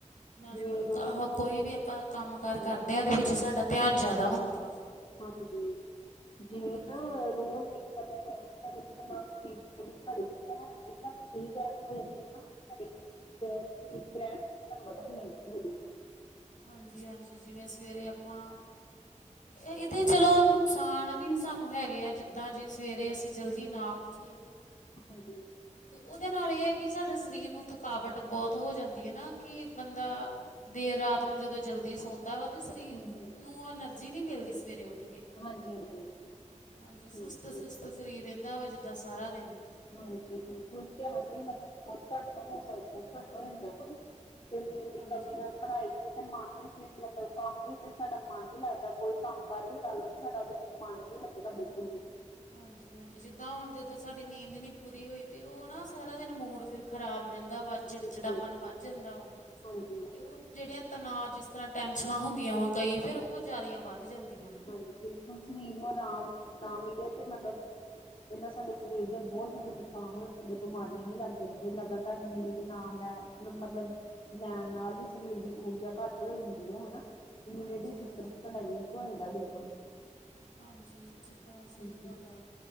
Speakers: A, on the left; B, on the left.
A: ਨਾਲੇ
B: ਜਿਵੇਂ ਰੋਜ਼
A: ਕੋਈ ਵੀ ਆਪਾਂ ਕੰਮ ਕਾਰ
B: ਹਮ
A: ਕਰਦੇ ਹਾਂ ਉਹਦੇ ਵਿੱਚ ਸਾਡਾ ਧਿਆਨ ਜਾਦਾ ਹੁੰਦਾ ਵਾ।
B: ਹਾਂਜੀ, ਜਿਵੇਂ
A: ਹਾਂਜੀ
B: ਨਾ ਰੋਜ਼ ਇਕ ਸਮੇਂ ਉਠ ਮਸ ਕਿਹੜੀ ਘੜੀ <unintelligible> ਇੱਕਦਮ ਠੀਕ ਏ ਮ ਹੈਗੀ ਏ ਨਾ ਘੜੀ ਵੀ ਠੀਕ ਰਹਿਣ ਸਾਨੂੰ ਮਦਦ ਮਿਲਦੀ ਉਹਦੀ।
A: ਹਾਂਜੀ, ਹਾਂਜੀ, ਜਿਵੇਂ ਸਵੇਰੇ ਆਪਾਂ ਇਹਦੇ ਚਲੋ ਨੁਕਸਾਨ ਵੀ ਸਾਨੂੰ ਹੈਗੇ ਆ ਜਿੱਦਾਂ ਜੇ ਸਵੇਰੇ ਅਸੀਂ ਜਲਦੀ ਨਾ ਉੱਠੀਏ
B: ਹਾਂਜੀ
A: ਤੇ ਉਹਦੇ ਨਾਲ ਏ ਹੈ ਕਿ ਸਾਡੇ ਸਰੀਰ ਨੂੰ ਥਕਾਵਟ ਬੋਤ ਹੋ ਜਾਂਦੀ ਹਏ ਨਾ ਕਿ ਬੰਦਾ ਦੇਰ ਰਾਤ ਨੂੰ ਜਦੋਂ ਜਲਦੀ ਸੌਂਦਾ ਵਾ ਤੇ ਸਰੀਰ
B: ਹੂੰ ਹੂੰ
A: ਨੂੰ ਉਹ ਐਨਰਜੀ ਨੀ ਮਿਲਦੀ ਸਵੇਰੇ ਉੱਠ ਕੇ।
B: ਹਾਂਜੀ ਹਾਂਜੀ
A: ਹਾਂਜੀ, ਸੁਸਤ
B: ਬਿਲਕੁਲ
A: ਸੁਸਤ ਸਰੀਰ ਰਹਿੰਦਾ ਵਾ ਜਿੱਦਾਂ ਸਾਰਾ ਦਿਨ।
B: ਹਾਂਜੀ, ਬਿਲਕੁਲ ਧਿਆਨ ਵੀ ਮਤਲਬ ਬਹੁਤ ਘੱਟ ਹੋ ਸਕ ਘੱਟ ਹੋ ਜਾਂਦਾ ਨਾ। ਤੇ ਨੀਂਦ ਦੀ
A: ਹਾਂਜੀ।
B: ਕਮੀ ਨਾਲ ਪਣਾਈ ਹੀ ਤੇ ਮਨ ਵੀ ਮਤਲਬ ਕੰਮ ਵੀ ਸਾਡਾ ਮਨ ਨੀ ਲੱਗਦਾ ਕੋਈ ਕੰਮ ਕਾਰ ਵੀ ਕਰ ਲਓ ਤੇ ਸਾਡਾ ਉਹਦੇ ਮਨ ਨੀ ਲੱਗੇਗਾ <unintelligible>
A: ਹਾਂਜੀ, ਹਾਂਜੀ, ਜਿੱਦਾਂ ਹੁਣ ਜਦੋਂ ਸਾਡੀ ਨੀਂਦ ਨੀ ਪੂਰੀ ਹੋਈ ਤੇ ਉਹ ਨਾ ਸਾਰਾ ਦਿਨ ਮੂਡ ਫਿਰ ਖ਼ਰਾਬ ਰਹਿੰਦ ਦਾ ਵਾ ਚਿੜਚਿੜਾਪਨ
B: ਬਿਲਕੁਲ
A: ਵੱਧ ਜਾਂਦਾ ਵਾ,
B: ਹਾਂਜੀ
A: ਤੇ ਉਹ ਜਿਹੜੀਆਂ ਤਨਾਜ ਜਿਸ ਤਰ੍ਹਾਂ ਟੈਨਸ਼ਨਾਂ ਹੁੰਦੀਆਂ ਵਾ ਕਈ ਫੇਰ ਉਹ ਜਾਂਦਿਇਆ ਵੱਧ ਜਾਂਦੀਆਂ ਵਾ।
B: ਹਾਂਜੀ, ਬਿਲਕੁਲ ਸਰੀਮ ਨੂੰ ਰਾਮ ਨ ਮਿਲਿਆ ਤੇ ਮਤਲਬ ਇਹਨਾ ਸਾਡੇ ਸਰੀਰ ਦੇ ਬਹੁਤ ਜ਼ਿਆਦਾ ਨੁਕਸਾਨ ਹੋ ਜਾਂਦੇ ਬਿਮਾਰੀਆਂ ਵੀ ਲੱਗ ਜਾਂਦੀਆਂ ਲਗਾਤਾਰ ਨੀਂਦ ਨਾ ਮਤਲਬ ਲੈਣ ਨਾਲ ਵੀ ਸਰੀਰ ਦੀ ਊਰਜਾ ਘੱਟ ਹੋ ਜਾਂਦੀ ਹੈ ਹਨਾ। ਇਮੀਿਊਨਿਟੀ
A: ਹਾਂਜੀ-ਹਾਂਜੀ,
B: ਸਿਸਟਮ ਸਾਡਾ ਵੀਕ ਹੋ ਜਾਂਦਾ ਬਿਲਕੁਲ।
A: ਹਾਂਜੀ, ਜਿੱਦਾਂ ਸਹੀ
B: ਹਾਂਜੀ।
A: ਗੱਲ ਆ,